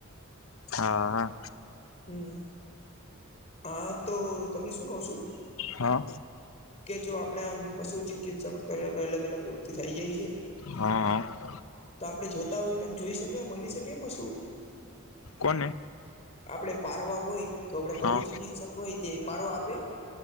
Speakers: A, on the left (about 75°); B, on the left (about 30°).
A: હા હા
B: હમ્મ હા તો તમને શું કઉ છું
A: હા
B: કે જો આપણે આમ પશુ ચિકિત્સક ત અલગ અલગ વ્યક્તિ થઇ જાય યે યે
A: હા હ
B: તો આપડે જોતા હોય તો એમ જોઈ શકે મળી શકે બસુ
A: કોને
B: આપડે પારવા હોય તો આપણે
A: હા
B: પશુ ચિકિત્સક હોય તે પારવા આપે